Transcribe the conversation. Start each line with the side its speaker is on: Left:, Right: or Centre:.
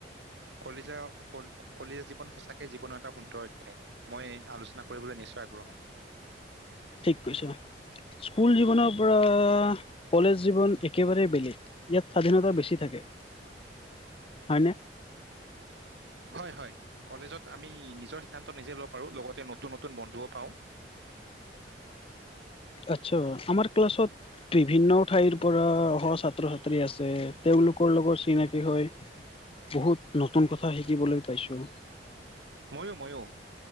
Right: কলিজা কলিজা জীৱন সঁচাকে জীৱনৰ এটা সুন্দৰ অধ্যায় মই আলোচনা কৰিবলৈ নিশ্চয় আগ্ৰহম
Left: ঠিক কৈছ স্কুল জীৱনৰ পৰা কলেজ জীৱন একেবাৰে বেলেগ ইয়াত স্বাধীনতা বেছি থাকে হয়নে
Right: হয় হয় কলেজত আমি নিজৰ সিদ্ধান্ত নিজে লব পাৰোঁ লগতে নতুন নতুন বন্ধুও পাওঁ
Left: আচ্ছা আমাৰ ক্লাছত বিভিন্ন ঠাইৰ পৰা অহা ছাত্ৰ ছাত্ৰী আছে তেওঁলোকৰ লগত চিনাকি হয় বহুত নতুন কথা শিকিবলৈ পাইছোঁ
Right: ময়ো ময়ো